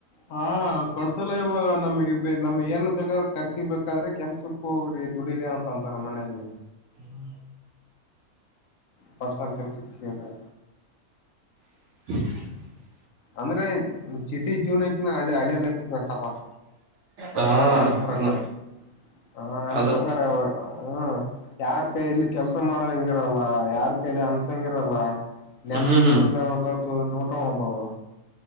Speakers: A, on the left; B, on the right.
A: ಹಾ ಕೊಡ್ಸಲ್ಲ ಇವಾಗ ನಮ್ಗೆ ನಮ್ಗ್ ಏನ್ ಬೇಕಾದ್ರ ಖರ್ಚಿ ಬೇಕಾದ್ರೆ ಕೆಲ್ಸಕ್ಕ ಹೋಗ್ರಿ ದೂಡಿಂತಾ ಬಾರ ಮನ ಇಲೆ
B: ಹ್ಮ್
A: ಪರ್ಸಕಲ್ ಸಿಕ್ಕಿದೆ
B: <unintelligible>
A: ಅಂದ್ರೆ ಸಿಟಿ ಜೀನಕಿ ಹಳ್ಳಿ ಹಳ್ಳಿಯಲ್ಲ ಬೆಷ್ಟಪ
B: ಹಾ
A: ನನ್ ಪ್ರಕಾರ
B: ಅದು
A: ಹ ನನ್ನ
B: ಅದು
A: ಪ್ರಕಾರ ಹ್ಮ್ ಯಾರ್ ಕೈಯಲ್ಲಿ ಕೆಲ್ಸ ಮಾಡ ಹಂಗಿರಲ್ಲ ಯಾರ್ ಕೈಲಿ ಅನ್ಸಂಗಿ ಲ್ಲ ನೆಮ್ಮದಿಯಿಂದ
B: ಹ್ಮ್
A: ಒಂದತ್ತು ನೂಟ ಒ್ಬಹುದು